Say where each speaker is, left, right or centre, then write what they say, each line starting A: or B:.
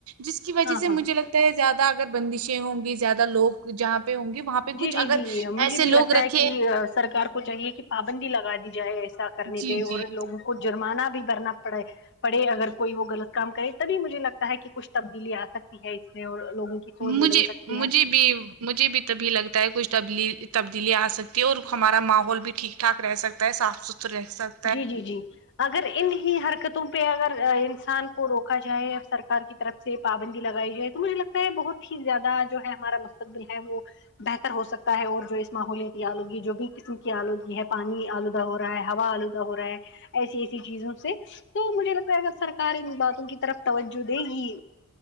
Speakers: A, on the right; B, on the left.
A: جس کی وجہ
B: ہاں
A: سے
B: ہاں
A: مجھے لگتا ہے زیادہ اگر بندشیں ہوں گی زیادہ لوگ جہاں پہ ہوں گے وہاں پہ کچھ
B: جی جی
A: اگر
B: جی مجھے
A: ایسے لوگ
B: بھی لگتا
A: رکھے
B: ہے کہ سرکار کو چاہیے کہ پابندی لگا دی جائے ایسا کرنی
A: جی
B: پے اور
A: جی
B: لوگ جرمانہ بھی بھرنا پڑے پڑے اگر کوئی وہ غلط کام کرے تبھی مجھے لگتا ہے کہ کچھ تبدیلی آ سکتی ہے اس میں اور لوگوں کی سوچ
A: مجھے
B: بدل سکتی
A: مجھے
B: ہے
A: بھی مجھے بھی تبھی لگتا ہے کچھ تبلی تبدیلی آ سکتی ہے اور ہمارا ماحول بھی ٹھیک ٹھاک رہ سکتا ہے صاف ستھرا تور سا <unintelligible>
B: جی جی جی اگر ان ہی حرکت تم پہ اگر انسان کو روکا جائے سرکار کی طرف سے پابندی لگائی جائے تو مجھے لگتا ہے بہت ہی زیادہ جو ہے ہمارا مستقبل ہے وہ بہتر ہو سکتا ہے اور جو اس ماحولیاتی آلودگی جو بھی قسم کی آلودگی ہے پانی آلودہ ہو رہا ہے ہوا آلودگی ہو رہا ہے ایسی ایسی چیزوں سے تو مجھے لگتا ہے اگر سرکار ان باتوں کی طرف توجہ دے گی